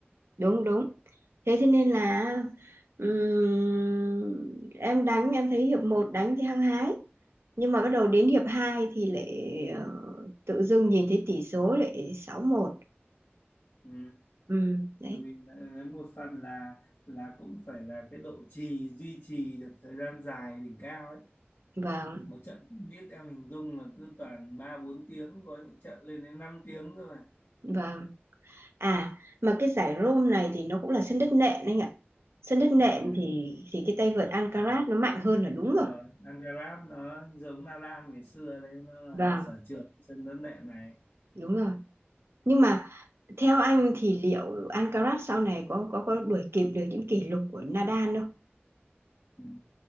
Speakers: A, on the right; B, on the left.
A: đúng đúng thế thế nên là ừm, em đánh em thấy hiệp một đánh thì hăng hái nhưng mà bắt đầu đến hiệp 2 thì lại ờ, tự dưng nhìn thấy tỷ số lại sáu một
B: ừ.
A: ừ, đấy
B: Tự mình đã- một phần là là cũng phải là cái độ trì duy trì được thời gian dài đỉnh cao ấy
A: vâng
B: một trận biết em hình dung là cứ toàn ba bốn tiếng có những trận lên đến 5 tiếng cơ mà
A: vâng à mà cái giải Rome này thì nó cũng là sân đất nện anh ạ sân đất nện
B: ừ
A: thì thì cái tay vợt Alcaraz
B: à
A: nó mạnh hơn là đúng
B: đúng
A: rồi
B: rồi Ancarat nó giống Nadal ngày xưa đấy nó là
A: vâng
B: sở trường sân đất nện này
A: đúng rồi nhưng mà theo anh thì liệu Alcaraz sau này có có có đuổi kịp được những kỷ lục của Nadal không
B: ừ.